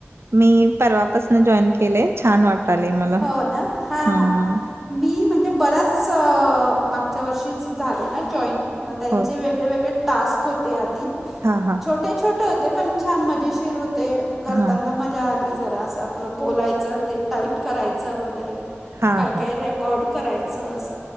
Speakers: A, on the right (about 65°); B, in the centre.
A: मी परवापासन जॉईन केलेय. छान वाट टालय मला.
B: हो ना हां
A: हम्म.
B: हां मी म्हणजे बऱ्याच मागच्या वर्षीच झाले ना जॉईन. म त्यांचे
A: हो
B: वेगळे वेगळे टास्क होते आधी.
A: हा हा.
B: छोटे छोटे होते. पण छान मजेशीर होते. करताना
A: हा हा
B: मज मज्जा आली. जरासा आपलं बोलायचं ते टाईप करायचं वगैरे.
A: हा
B: काय
A: हा
B: काय रेकॉर ड करायच अस.